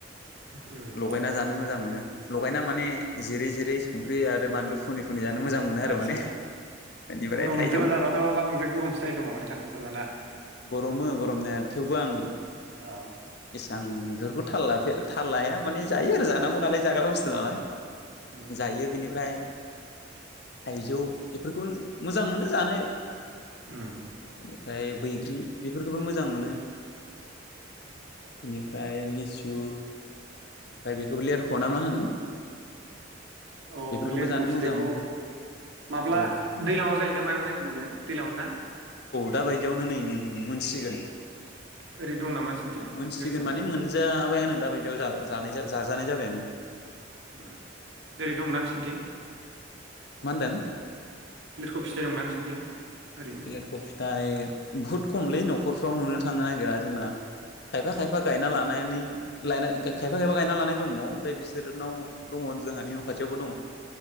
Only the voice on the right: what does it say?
उम
आदसा
गरम
बोथोराव जाबाथ बांद्राय गरमसो जायो। बे समावबाथाय खानथाल जाबा ना।
औ
औ
उम उम
उम
अ
लिरखु
फिथाइखौ
माब्ला
दैलाङाव जायोना मायाव जायोमोन बियो दैलाङाव ना?
ओरै दं नामा नोंसिनिथिं
लिरख'फोर
उ ओरै दंना नोंसिनिथिं
लिरखौ फिथाइ दंना नोंसिनिथिं ओरैनो